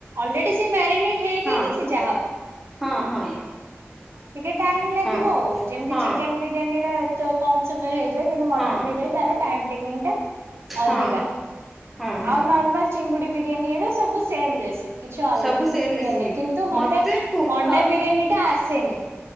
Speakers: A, on the right; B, in the centre.
A: ଅଲରେଡି ସେ ମ୍ୟାରିନେଟ ହେଇକି
B: ହଁ
A: ହିଁ ସିଯା ହବ।
B: ହଁ ହଁ।
A: ଟିକେ ଟାଇମ ଲାଗିବ
B: ହଁ।
A: ଆଉ ଯେମିତି
B: ହଁ
A: ଚିକେନ ବିରିୟାନୀରା ଏତେ କମ ସମୟରେ ହେଇଯାଏ। କିନ୍ତୁ ମଟନ
B: ହଁ
A: ବିରିୟାନୀ ତାର ଟାଇମ ଟେକିଙ୍ଗ ଟା ଅଧିକା।
B: ହଁ ହଁ ହଁ
A: ଆଉ ନର୍ମାଲ ଚିଙ୍ଗୁଡି ବିରିୟାନୀ ଏଡା ସବୁ ସେମ ରେସିପି। କିଛି ଅଲ
B: ସବୁ ସେମ୍
A: କିଛି ଇଏ
B: ରେସିପି
A: ନାହିଁ। କିନ୍ତୁ ମତେ
B: କୁହ
A: ଅଣ୍ଡା ବିରିୟାନୀ ଟା ଆସେନି।